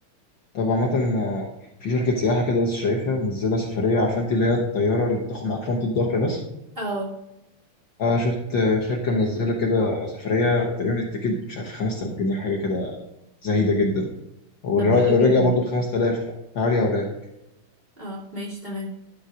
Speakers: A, on the left; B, on the right.
A: طب عامة آه، في شركة سياحة كده لسه شايفها منزلة سفرية عارفة انت اللي هي الطيارة اللي بتاخد معاك شنطة ظهر بس
B: اه
A: آه شفت آه، شركة منزلة كده سفرية تقريبا التيكت مش عارف 5000 جنيه حاجة كده زهيدة جدا والراجع
B: طب ده حلو جدا
A: برضو
B: ده
A: ب 5000 تعالي ولا
B: اه ماشي تمام